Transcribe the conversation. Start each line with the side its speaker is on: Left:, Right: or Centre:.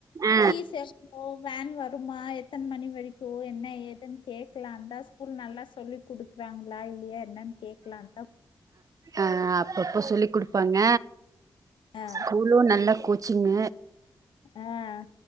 Right: ஆ
Left: ஃபீஸ் எஸ் <unintelligible> வேன் வருமா எத்தன மணி வரைக்கு என்ன ஏதுன்னு கேக்கலான்தா ஸ்கூல் நல்லா சொல்லி குடுக் குரங்களா இல்லையா என்னன்னு கேக்கலான்தா
Right: ஆஹ் அப்பப்ப சொல்லி குடுப்பாங்க
Left: ஆ
Right: ஸ்கூலும் நல்ல கோச் ங்க
Left: ஆஹ்